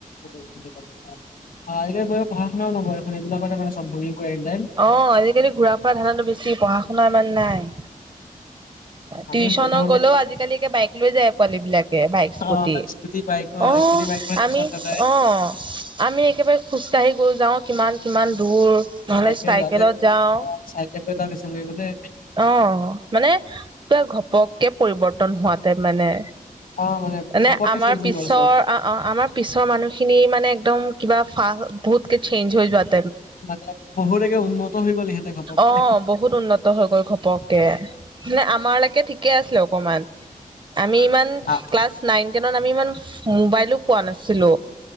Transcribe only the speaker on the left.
এই বিলাক কৰি পঢ়া শুনাও নকৰে এইবিলাকতে মানে চব ভৰি পৰে একদম।
আমি
সৰু থাকোতে
অ' বাইক অ'
স্কুটি বাইক লৈ টিউচন
নাযায়।
তাকে
তাকে
চাইকেল লয় যাওঁ টিউচন কৰিবলে।
অ'
ঘপককে
চেঞ্জ
হৈ গ'ল চব।
মানে বহুতকে উন্নত হৈ গল ইহঁতে। ঘপককে।
অ'